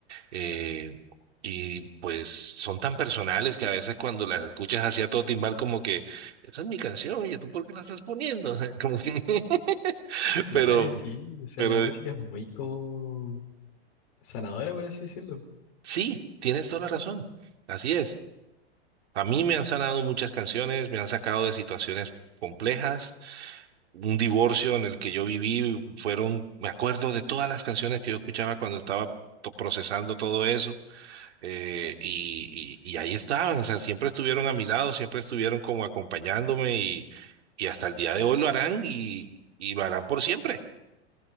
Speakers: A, on the right; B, on the left.
A: Eh, y pues son tan personales que a veces cuando las escuchas así a todo timbal como que, esa es mi canción, oye, ¿tú por qué la estás poniendo? <laughs> Como que, <laughs>
B: Claro,
A: pero...
B: sí. O sea,
A: Pero
B: la música es muy como sanadora, por así decirlo.
A: Sí, tienes toda la razón. Así es. A mí me han sanado muchas canciones, me han sacado de situaciones complejas. Un divorcio en el que yo viví fueron, me acuerdo de todas las canciones que yo escuchaba cuando estaba to- procesando todo eso. eh, y, y- y ahí estaban, o sea, siempre estuvieron a mi lado, siempre estuvieron como acompañándome y, y hasta el día de hoy lo harán y, y lo harán por siempre.